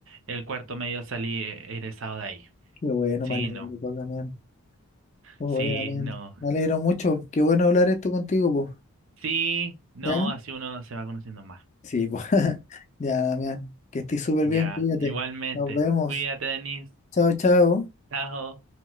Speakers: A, on the right; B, on the left.
A: el cuarto medio salí eh, egresado de ahí.
B: qué bueno,
A: Sí,
B: me alegro,
A: no.
B: pues, Damián. Oye,
A: Sí,
B: Damián,
A: no.
B: me alegro mucho. Qué bueno hablar esto contigo, pues.
A: Sí, no,
B: ¿Ya?
A: así uno se va conociendo más.
B: Sí, pues. <laughs> Ya, Damián, que estés súper
A: Ya,
B: bien, cuídate.
A: igualmente.
B: Nos vemos.
A: Cuídate, Denise.
B: Chao, chao.
A: Chao.